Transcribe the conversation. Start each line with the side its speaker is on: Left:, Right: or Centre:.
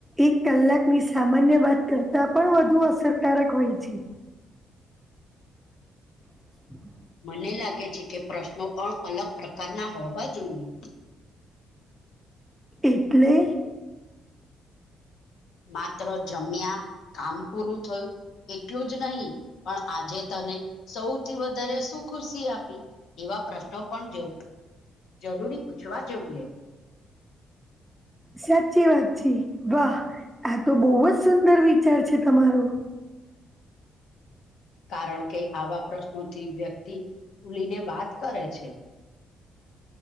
Centre: એક કલાકની સામાન્ય વાત કરતા પણ વધુ અસરકારક હોય છે. <inaudible>
Left: મને લાગે છે કે પ્રશ્નો પણ અલગ પ્રકારના હોવા જોઈએ.
Centre: એટલે?
Left: માત્ર જમ્યા કામ પૂરું થયું એટલું જ નહી પણ આજે તમે સૌથી વધારે શું ખુશી આપી એવા પ્રશ્નો પણ જોય. જરૂરી પૂછવા જોઈએ.
Centre: સાચી વાતચી વાહ. આ તો બહુ જ સુંદર વિચાર છે તમારો.
Left: કારણ કે આવા પ્રશ્નોથી વ્યક્તિ ભૂલીને વાત કરે છે.